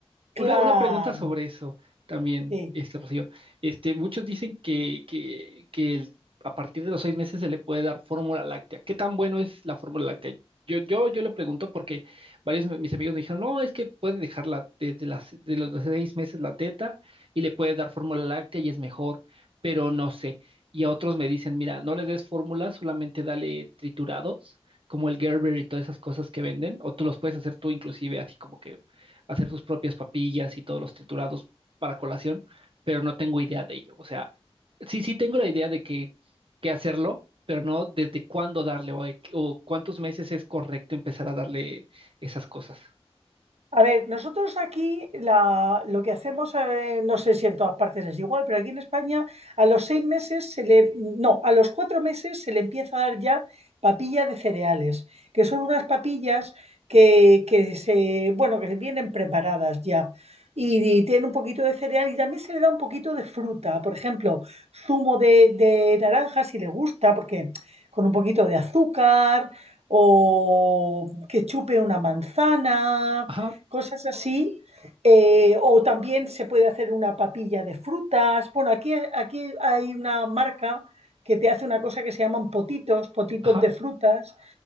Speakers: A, on the right (about 80°); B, on the right (about 55°).
A: Claro,
B: Una, una pregunta sobre eso también,
A: sí.
B: este Rocío. Este, muchos dicen que, que, que el- a partir de los seis meses se le puede dar fórmula láctea. ¿Qué tan bueno es la fórmula láctea? Yo, yo, yo le pregunto porque varios de mis amigos me dijeron, no, es que puede dejar la, desde las, de los seis meses la teta y le puede dar fórmula láctea y es mejor, pero no sé. Y a otros me dicen, mira, no le des fórmula, solamente dale triturados, como el Gerber y todas esas cosas que venden, o tú los puedes hacer tú inclusive así como que hacer sus propias papillas y todos los triturados para colación, pero no tengo idea de ello. O sea, sí, sí tengo la idea de que, que hacerlo, pero no desde cuándo darle o, de- o cuántos meses es correcto empezar a darle esas cosas.
A: A ver, nosotros aquí la- lo que hacemos, eh, no sé si en todas partes es igual, pero aquí en España a los seis meses se le, no, a los cuatro meses se le empieza a dar ya papilla de cereales, que son unas papillas que, que se, bueno, que vienen preparadas ya. Y, tienen un poquito de cereal y también se le da un poquito de fruta, por ejemplo, zumo de, de naranja si le gusta, porque con un poquito de azúcar o que chupe una manzana
B: Ajá,
A: cosas así. eh, o también se puede hacer una papilla de frutas. Bueno, aquí, aquí hay una marca que te hace una cosa que se llaman potitos, potitos
B: ajá.
A: de frutas,